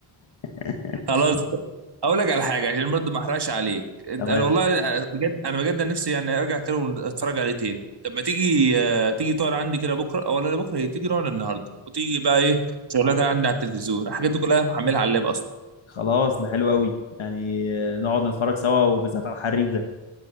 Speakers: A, on the left; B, on the right.
A: <laughs>
B: خلاص اقول لك على حاجه عشان برضه ما احرقش عليك انت
A: تمام
B: انا والله بجد انا بجد نفسي يعني ارجع كده واتفرج عليه تاني طب ما تيجي آه، تيجي تقعد عندي كده بكره او لا بكره هي تيجي نقعد النهارده وتيجي بقى ايه شغلك عندي على التلفزيون الحاجات دي كلها محملها على اللاب اصلا
A: خلاص ده حلو قوي يعني آه، نقعد نتفرج سوا وبالذات على الحريف ده